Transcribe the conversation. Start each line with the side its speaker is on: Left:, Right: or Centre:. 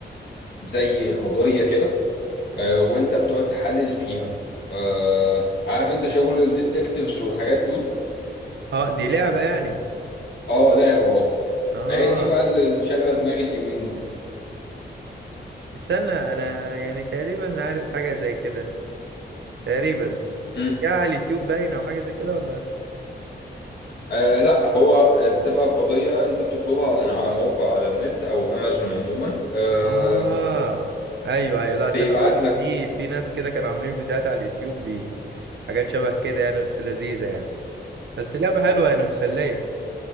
Left: زي قضية كده آه، وانت بتقعد تحلل فيها آه، عارف انت شغل الديتكتيفز والحاجات دول
Right: اه دي لعبة يعني
Left: اه لعبة اه
Right: اه
Left: هي دي بقى اللي شاغلة دماغي اليومين دول
Right: استنى انا يعني تقريبا عارف حاجة زي كده تقريبا
Left: مم.
Right: يا على اليوتيوب باينة او حاجة زي كده ولا
Left: آه لا هو آه، بتبقى قضية انت بتطلبها من على موقع على النت او امازون عموما آه
Right: اه ايوه ايوه لا
Left: بيبعت
Right: استنى اقول لك
Left: لك
Right: في في ناس كده كانوا عاملين فيديوهات على اليوتيوب ب- حاجات شبه كده يعني بس لذيذة يعني بس لعبة حلوة يعني مسلية